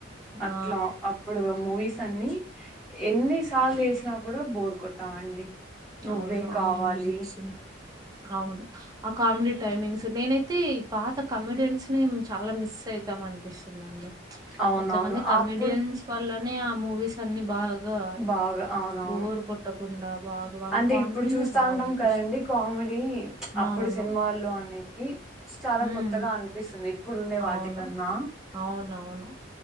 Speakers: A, on the right; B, in the centre.
A: ఆ!
B: అట్లా అప్పుడు మూవీస్ అండీ ఎన్ని సార్లు వేసినా కూడా బోర్ కొట్టావ్ అండి నువ్వే
A: అవును.
B: కావాలి
A: ఆ మ్యూజిక్స్ అవును ఆ కామెడీ టైమింగ్స్ నేనైతే పాత కామెడియన్స్ ని చాలా మిస్ అవుతాం అనిపిస్తుందండి
B: అవునవును
A: కొంతమంది కమెడియన్స్
B: అప్పుడు
A: వాళ్ల నే ఆ మూవీస్ అన్ని బాగా
B: బాగా అవునవును
A: బోర్ కొట్టకుండా బాగా వాళ్ళ
B: అంటే
A: కామెడీని
B: ఇప్పుడు చూస్తా
A: బాగా
B: ఉంటాం
A: అనిపిస్తుంది
B: కదండి కామెడీ అప్పుడు
A: అవును
B: సినిమాల్లో అన్ని చాలా
A: ఉమ్
B: కొత్తగా అనిపిస్తుంది ఇప్పుడు ఉండే వాటికన్నా
A: అవును అవునవును